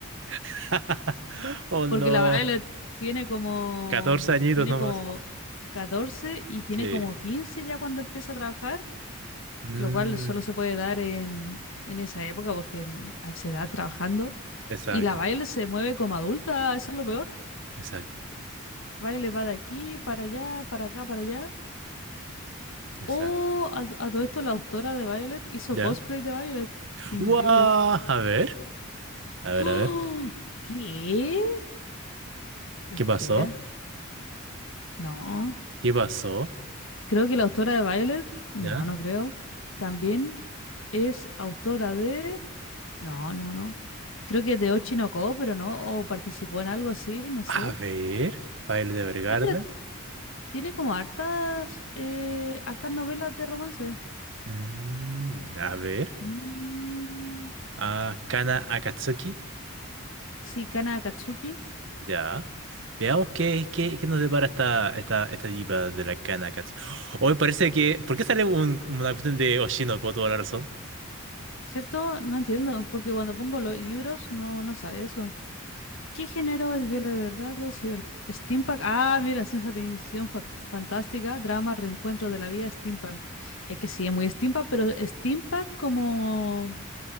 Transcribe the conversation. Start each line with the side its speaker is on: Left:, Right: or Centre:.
Right: <laughs> Oh, no.
Left: Porque la Violet tiene como,
Right: catorce añitos
Left: tiene
Right: nomás.
Left: como 14 y tiene
Right: Sí.
Left: como 15 ya cuando empieza a trabajar,
Right: Mm,
Left: lo cual solo se puede dar en, en esa época porque en- a esa edad trabajando.
Right: exacto,
Left: Y la Violet se mueve como adulta, eso es lo peor.
Right: exacto.
Left: Violet va de aquí para allá, para acá, para allá.
Right: Exacto.
Left: Oh, a, a todo esto la autora de Violet hizo
Right: ¿Ya?
Left: cosplay de Violet. Qué increíble.
Right: ¡Guau! A ver, a ver,
Left: <gasps> ¡Ah!
Right: a ver.
Left: ¿Qué? Espera.
Right: ¿Qué pasó?
Left: No.
Right: ¿Qué pasó?
Left: Creo que la autora de Violet. No,
Right: ¿Ya?
Left: no creo. También es autora de. No, no, no. Creo que de Ochi no Ko, pero no. O participó en algo así, no sé.
Right: A ver. Baile de Evergarden.
Left: Ay, pero tiene como hartas. eh, hartas novelas de romance.
Right: Mm, a ver.
Left: Mm,
Right: Ah, Kana Akatsuki.
Left: sí, Kana Akatsuki.
Right: Ya. Veamos qué, qué, qué nos depara esta, esta, esta diva de la Kana Akatsuki. Hoy parece que. ¿Por qué sale un- una cuestión de Oshino con toda la razón?
Left: ¿Cierto? No entiendo. Porque cuando pongo los libros no, no sale eso. ¿Qué género es Viola Evergarden? Cyber... Steampunk. Ah, mira, ciencia ficción fac- fantástica, drama, reencuentro de la vida, steampunk. Es que sí, es muy steampunk, pero steampunk como...